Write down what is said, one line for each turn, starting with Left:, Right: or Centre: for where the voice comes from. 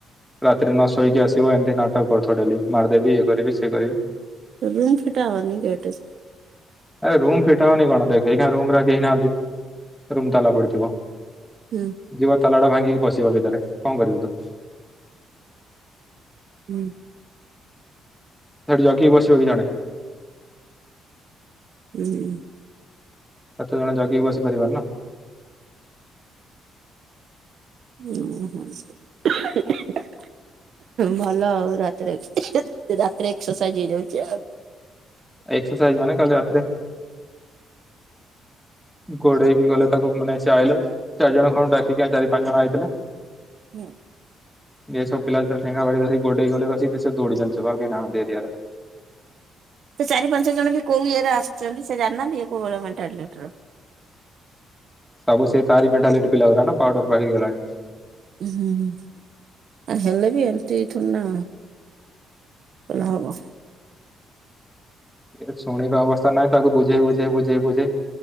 Centre: ରାତିରେ ନ ଶୋଇକି ଆସିବ ଏମିତି ନାଟକ କରୁଥୁବ ଡେଲି ମାରଦେବି ଇଏ କରିବି ସିଏ କରିବି।
Right: ରୁମ ଫିଟାଅନିି ଗେଟେ।
Centre: ଆରେ ରୁମ ଫିଟା ହୋଉନି କଣ ଦେଖେ ଏଇନା ରୁମର ଆଉ କେହି ନାହାନ୍ତି ରୁମ ତାଲା ପଡିଥିବ।
Right: ହୁଁ।
Centre: ଯିବ ତାଲାଟା ଭାଙ୍ଗିକି ପଶିବ ଭିତରେ କଣ କରିବୁ ତ।
Right: ହୁଁ।
Centre: ସେଠି ଯଗିକି ବସିବ କି ଜଣେ।
Right: ଉହୁଁ।
Centre: ଏତେ ଜଣ ଜଗିକି ବସି ପାରିବରି ନା?
Right: ହୁଁ ହୁଁ <unintelligible> ଭଲ ଆଉ ରାତି। <unintelligible> ରାତିରେ ଏକ୍ସରସାଇଜ୍ ହେଇଯିବ।
Centre: ଏକ୍ସସାଇଜ୍ ମାନେ କାଲି ରାତିରେ ଗୋଡ଼େଇକି ଗଲେ ତାକୁ ମାନେ ସିଏ ଆଇଲେ ଚାରି ଜଣ ଖଣ୍ଡ ଡାକିକି ଚାରି ପାଞ୍ଚ ଜଣ ଆଇଥିଲେ।
Right: ହୁଁ
Centre: <unintelligible> ଯେତେବେଳେ ଠେଙ୍ଗା ବାଡ଼ି ଧରିକି ଗୋଡ଼େଇ ଗଲେ କସି ସେ ଦୌଡିଛନ୍ତି ସବୁ ଆଉ କେହି ନାହାଁନ୍ତି ଏରିଆରେ
Right: ସେ ଚାରି ପାଞ୍ଚ ଜଣ ବି କୋଉ ଇଏରେ ଆସିଛନ୍ତି ସେ ଜାଣିନାହାଁନ୍ତି ଇଏ କୋଉଭଳିଆ ମେଣ୍ଟାଲିଟି ର।
Centre: ସବୁ ସେଇ ତାରି ମଣ୍ଟାଲିଟି ପିଲା ଗା ପାଉଡ଼ର ପାଖେଇଗଲାଣି
Right: ହୁଁ ହୁଁ ଆ ହେଲେ ବି ଏମିତି ଥୋଡ଼ି ନା କେହବ
Centre: ଏ ଶୁଣିବା ଅବସ୍ଥା ନାହାଁନ୍ତି। ତାକୁ ବୁଝେଇ ବୁଝେଇ ବୁଝେଇ ବୁଝେଇ